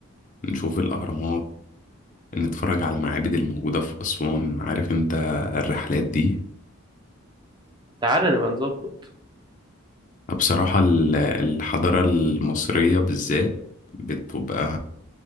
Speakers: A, on the left; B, on the right.
A: نشوف الأهرامات نتفرج على المعابد الموجودة في أسوان عارف انت الرحلات دي
B: تعالى نبقى نظبط
A: بصراحة ال- الحضارة المصرية بالذات بتبقى